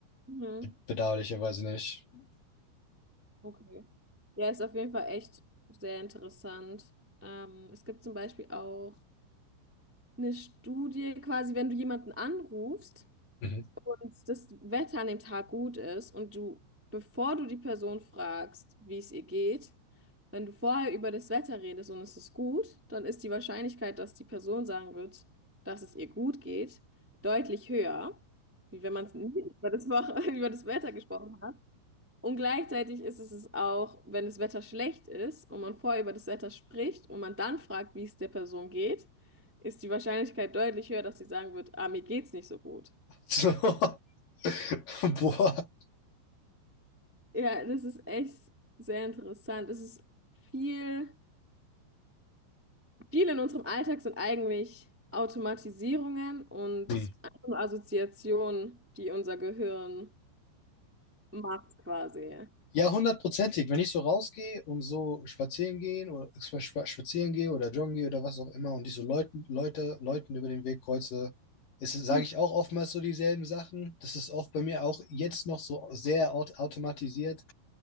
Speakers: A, in the centre; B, on the left.
A: Mhm.
B: Be- bedauerlicherweise nicht.
A: Okay. Ja, ist auf jeden Fall echt sehr interessant. Ähm, es gibt zum Beispiel auch eine Studie, quasi, wenn du jemanden anrufst
B: Mhm.
A: und das Wetter an dem Tag gut ist und du, bevor du die Person fragst, wie es ihr geht, wenn du vorher über das Wetter redest und es ist gut, dann ist die Wahrscheinlichkeit, dass die Person sagen wird, dass es ihr gut geht, deutlich höher, wie wenn man es nie über das, Woche- <laughs> über das Wetter gesprochen hat. Und gleichzeitig ist es es auch, wenn das Wetter schlecht ist und man vorher über das Wetter spricht und man dann fragt, wie es der Person geht, ist die Wahrscheinlichkeit deutlich höher, dass sie sagen wird, ah, mir geht's nicht so gut.
B: <laughs> So. <laughs> Boah.
A: Ja, das ist echt sehr interessant. Es ist viel, viel in unserem Alltag sind eigentlich Automatisierungen und
B: Hm.
A: einfach nur Assoziationen, die unser Gehirn macht quasi.
B: Ja, hundertprozentig. Wenn ich so rausgehe und so spazieren gehen oder spa- spa- spazieren gehe oder joggen gehe oder was auch immer und ich so Leuten, Leute, Leuten über den Weg kreuze, sage
A: Mhm.
B: ich auch oftmals so dieselben Sachen. Das ist oft bei mir auch jetzt noch so sehr aut- automatisiert.